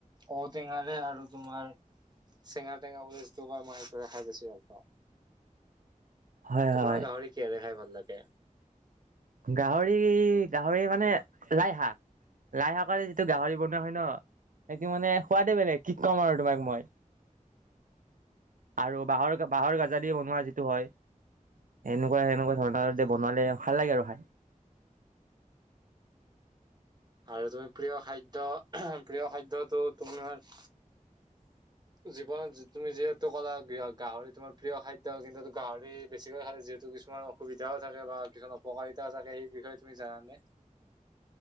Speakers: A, on the right; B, on the right.
A: ঔটেঙাৰে আৰু তোমাৰ চেঙা টেঙা বুলি যিটো কয়, মই সেইটোৰে খাই ভালে পাও।
B: হয়
A: তোমাৰ
B: হয়
A: গাহৰি কিহৰে খাই ভাল লাগে?
B: গাহৰি- গাহৰি মানে লাই শাক। লাই শাকৰ এই যিটো গাহৰি বনোৱা হয় ন, সেইটো মানে সোৱাদে বেলেগ কি ক'ম আৰু তোমাক মই। আৰু বাঁহৰ-বাঁহৰ গাজা দি বনোৱা যিটো হয়। এনেকুৱা-সেনেকুৱা ধৰণৰ এতিয়া বনালে ভাল লাগে আৰু খায়।
A: আৰু তুমি প্ৰিয় খাদ্য, প্ৰিয় খাদ্যটো তোমাৰ
B: <inaudible>
A: জীৱনত তুমি যিহেতু ক'লা গাহৰি তোমাৰ প্ৰিয় খাদ্য, কিন্তুটো গাহৰি বেছিকৈ খালে যিহেতু কিছুমান অসুবিধাও থাকে বা কিছুমান অপকাৰিতাও থাকে সেই বিষয়ে তুমি জানা নে?